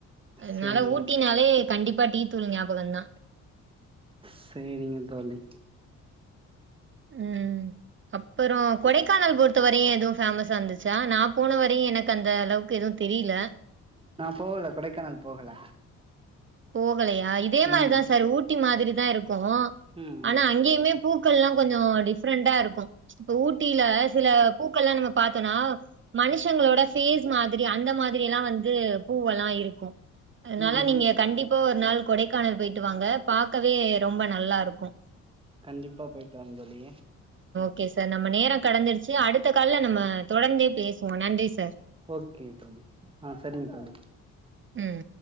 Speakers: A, on the right; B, on the right.
A: அதனால
B: சேரி
A: ஊட்டினாலே கண்டிப்பா டீ தூள் ஞாபகம் தா
B: சேரிங்க தோழி
A: உம் அப்புறோ கொடைக்கானல் போர் து வரையு ஏதுவு ஃபேமஸ் வந்துச்சா நா போன வரையு எனக் அந்த அளவுக்கு எதுவு தெரியல
B: போல கொடைக்கானல் போகல
A: போகலையா இதே மாரிதா
B: ம்
A: சார் ஊட் மாதிரி தா இருக் இருக்கோ
B: ம்
A: ஆனா
B: ம்
A: அங்கேயுமே பூக்கள்லா கொஞ்சோ டிஃப்ரெண்டா இருக்கோ இப்ப ஊட் டில சில பூக்கள்லா நம்ம பாத்தோனா மனுஷ் ஷங்களோட ஃபேஸ் மாதிரி அந்த மாதிரில்லா வந் இது பூவல்லா இருக்கோ அதனால
B: ம் ம்
A: நீங்க கண்டிப்பா ஒரு நாள் கொடைக்கானல் போயிட்டு வாங்க பாக்கவே ரொம்ப நல்லாருக்கோ
B: கண்டிப்பா போயிட்டு வாங் தோழி
A: ஒகே சார் நம்ம நேரோ கடந்துடுச்சு அடுத்த கால்ல நம்ம தொடர்ந்தே பேசுவோ‌ நன்றி சார்
B: ஓகே தோழி ஆ சரிங்க தோழி
A: ம்.